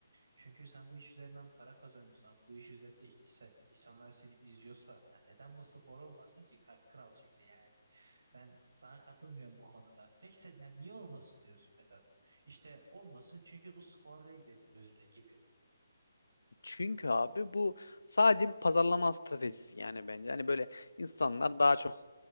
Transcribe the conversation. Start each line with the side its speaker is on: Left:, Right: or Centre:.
Right: Çünkü sen bu iş üzerinden para kazanıyorsan, bu iş üzerinde iyisen, insanlar seni izliyorsa, ya neden bu spor olmasın ki ka- kral şimdi yani? Ben sana katılmıyorum bu konuda. Peki sen yani niye olmasın diyorsun mesela? İşte olmasın çünkü bu spor değil benim gözümde gibi.
Left: Çünkü abi bu sadece bir pazarlama stratejisi yani bence. Hani böyle insanlar daha çok